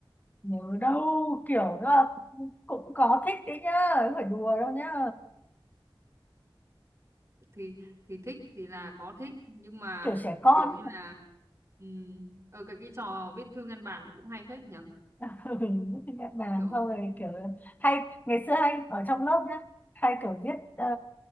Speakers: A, on the left (about 20°); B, on the right (about 30°).
A: nhớ đâu kiểu đó là cũng cũng có thích đấy nhá không phải đùa đâu nhá
B: thì thì thích thì là có thích nhưng mà
A: kiểu trẻ con
B: kiểu như là ừm, ở cái cái trò viết thư ngăn bản cũng hay phết nhỉ
A: Ừ, nhận bàn
B: kiểu
A: xong rồi kiểu hay ngày xưa hay ở trong lớp nhá hay kiểu viết ờ,